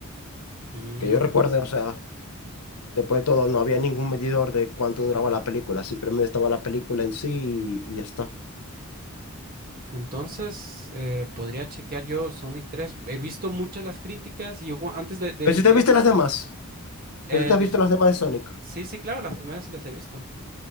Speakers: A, on the right; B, on the left.
A: Mm,
B: que yo recuerde, o sea. Después de todo, no había ningún medidor de cuánto duraba la película, simplemente estaba la película en sí y, y ya está.
A: Entonces, eh, podría chequear yo Sonic tres. He visto muchas las críticas y yo cua- antes de, de,
B: Pero si
A: de,
B: te viste las demás,
A: eh,
B: pero tú te has
A: de-
B: visto las demás de Sonic.
A: Sí, sí, claro, las primeras se las he visto.